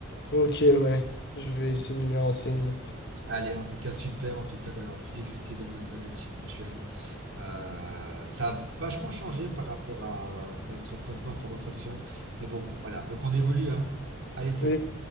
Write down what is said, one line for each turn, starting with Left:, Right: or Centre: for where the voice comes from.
Left: Ok, ouais, je vais essayer de m'y renseigner.
Right: Allez, en tout cas, super, en tout cas, d'avoir pu discuter de nos objectifs mutuels. Euh, ça a vachement changé par rapport à notre précédente conversation. Mais bon, voilà. Donc, on évolue, hein. Allez, salut.
Left: Et